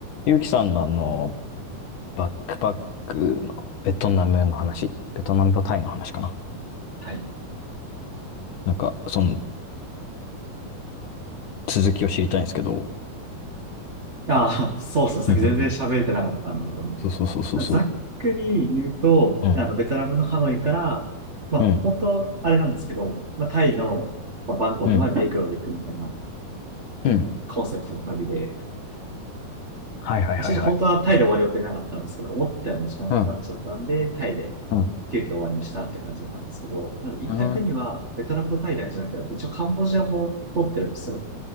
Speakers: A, on the left; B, on the right.
A: ゆうきさんのあの、バックパックのベトナムの話、ベトナムとタイの話かな。
B: はい。
A: なんか、その続きを知りたいんですけど。
B: ああ、そうそう、さっき全然喋れてなかったんで。
A: うんうんうんそうそうそうそうそう。
B: まあ、ざっくり言うと、
A: うん、
B: あの、ベトナムのハノイから、まあ、
A: うん、
B: 本当はあれなんですけど、まあ、タイの、まあ、バンコクまで陸路で行くみたいな
A: うん、うん。
B: コンセプトの旅で、
A: はいはいはいはい。
B: まあ、正直本当はタイで終わる予定なかったんですけど、思ったよりも時間かかっちゃったんで、
A: うん、
B: タイで
A: うん、
B: 急遽終わりにしたって感じだったんですけど、なので行った国は、
A: うん、うん、
B: ベトナムとタイだけじゃなくて、あと一応カンボジアも取ってるんですよ。